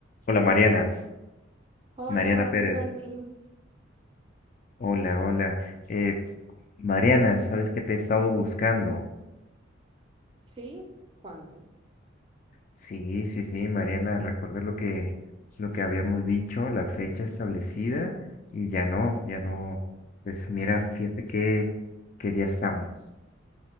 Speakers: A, on the left; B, on the right.
A: Hola Mariana,
B: Hola,
A: Mariana Pérez.
B: Anthony.
A: Hola, hola. Eh, Mariana, sabes que te he estado buscando.
B: ¿Sí? ¿Cuándo?
A: Sí, sí, sí, Mariana, recuerda lo que lo que habíamos dicho, la fecha establecida y ya no, ya no. Pues mira, fíjate qué qué día estamos.